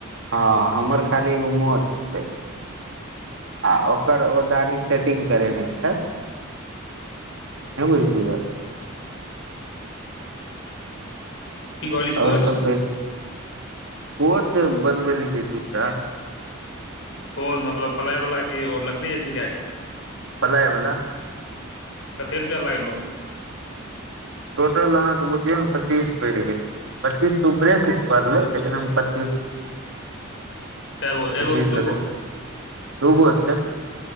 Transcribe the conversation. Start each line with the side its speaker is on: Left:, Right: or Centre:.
Right: हँ हमर खाली एगो मोछ छै आ ओकर ओ दाढ़ी सेटिंग करेने छै नहि बुझलियै
Left: की कहली कोच
Right: ओर सबके कोच बनबेलीये दूटा
Left: कोन मतलब पलायवला की ओ लकड़ी अथी कए
Right: पलायवला
Left: कते रुपया लागलो
Right: टोटल अहाँके बुझियौ ने पच्चीस पड़ि गेलै पच्चीस ऊपरे किछु पड़लै लेकिन हम पच्चीस
Left: कैगो एगो
Right: पच्चीस
Left: की
Right: हजार
Left: दूगो
Right: दूगो छै